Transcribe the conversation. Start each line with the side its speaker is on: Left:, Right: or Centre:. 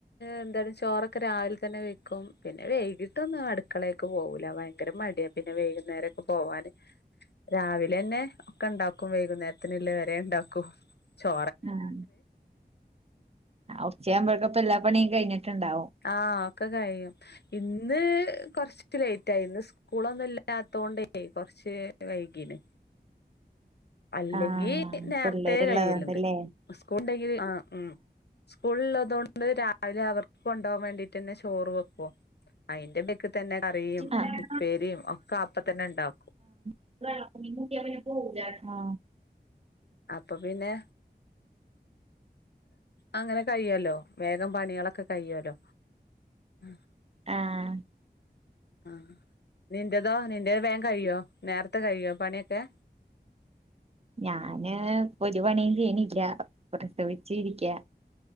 Left: എന്താലും ചോറൊക്കെ രാവിലെ തന്നെ വെക്കും. പിന്നെ വൈകിട്ടൊന്നും അടുക്കളയ്ക്ക് പോകില്ല. ഭയങ്കര മടിയാ പിന്നെ വൈകുന്നേരൊക്കെ പോവാന്. രാവിലെ ന്നെ ഒക്കെ ഒണ്ടാക്കും, വൈകുന്നേരത്തിനുള്ള വരെ ഒ ണ്ടാക്കും. ചോ
Right: ആഹ് ഉച്ചയാവുമ്പോഴേക്കപ്പം എല്ലാ പണിയും കഴിഞ്ഞിട്ടുണ്ടാവും
Left: ആഹ് ഒക്കെ കഴിയും. ഇന്ന്.. കൊറച്ച് ത്തി ലേറ്റ് ആയി ന്ന്സ് കൂളൊന്നും ഇല്ലാത്തോണ്ടേ കൊറച്ച് വൈകീന്
Right: <unintelligible>
Left: അല്ലെങ്കി
Right: ആഹ്
Left: നേരത്തെ
Right: പിള്ളേരുള്ളതുകൊണ്ടല്ലേ
Left: കൈയ്യെലുണ്ട്. സ്കൂൾ ഉണ്ടെങ്കിൽ ആഹ് ഉം. സ്കൂള് ഉള്ളതുകൊണ്ട് രാവിലെ അവർക്ക് കൊണ്ടുപോകാൻ വേണ്ടിട്ടെന്നെ ചോറ് വെക്കോ. അതിന്റെ മേക്ക് തന്നെ കറിയും
Right: ആഹ്
Left: ഉപ്പേരിയും ഒക്കെ അപ്പ തന്നെ ഉണ്ടാക്കും
Right: <unintelligible> മീൻ കൂട്ടിയാ പിന്നെ പോവൂലാട്ടാ
Left: അപ്പ പിന്നെ അങ്ങനെ കഴിയോല്ലൊ വേഗം പണികളൊക്കെ കഴിയോല്ലൊ ആഹ്
Right: ആഹ്
Left: ആഹ് നിന്റെതോ നിന്റെ വേഗം കഴിയോ നേരത്തെ കഴിയോ പണിയൊക്കെ
Right: ഞാന് ഇപ്പൊ ഒരു പണിയും ചെയ്യണില്ല പ്രസവിച്ച് ഇരിക്ക്യാ